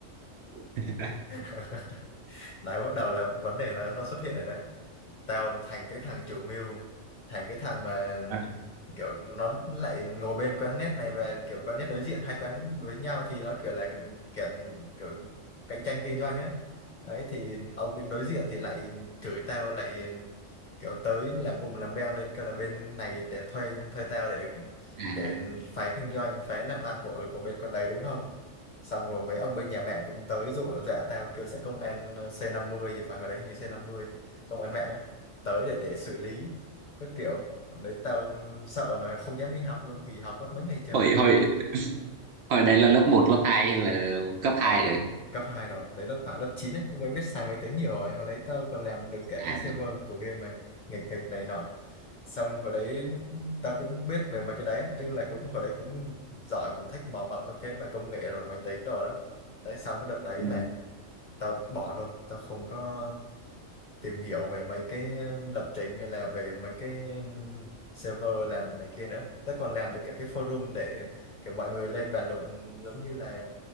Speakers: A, on the right; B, on the left.
A: <laughs>
B: <laughs> đấy bắt đầu là vấn đề nó nó xuất hiện rồi đấy tao thành cái thằng chủ mưu thành cái thằng mà
A: À,
B: kiểu nó lại ngồi bên quán net này và kiểu quán net đối diện hai quán với nhau thì nó kiểu là kiểu, kiểu cạnh tranh kinh doanh ấy đấy thì ông bên đối diện thì lại chửi tao lại kiểu tới làm ùm làm beng lên kêu là bên này để thuê thuê tao để
A: À,
B: để phá kinh doanh phá làm ăn của của bên con đấy đúng không xong rồi mấy ông bên nhà mạng cũng tới dụ dọa tao kêu sẽ công an ờ, C50 thì phải hồi đấy hình như C50 công an mạng ấy tới để để xử lý cái kiểu Hôm đấy tao sợ mà không dám đi học luôn nghỉ học mất mấy ngày trời
A: hồi hồi hồi đấy là lớp một lớp 2 hay là cấp 2
B: hồi đấy
A: rồi?
B: cấp 2 rồi tới lớp hạ lớp 9 ấy lúc ấy biết xài máy tính nhiều rồi hồi đấy tao còn làm được cả
A: À.
B: cái server của game mà nghịch nghịch này nọ xong hồi đấy tao cũng biết về mấy cái đấy chứ là cũng hồi đấy cũng giỏi mình thích mò mẫm mấy cái mà công nghệ rồi máy tính đồ đó đấy xong cái đợt đấy
A: ừ.
B: là tao bỏ luôn tao không có tìm hiểu về mấy cái lập trình hay là về mấy cái um, server làm này kia nữa tao còn làm được cả cái forum để kiểu mọi người lên bàn luận giống như là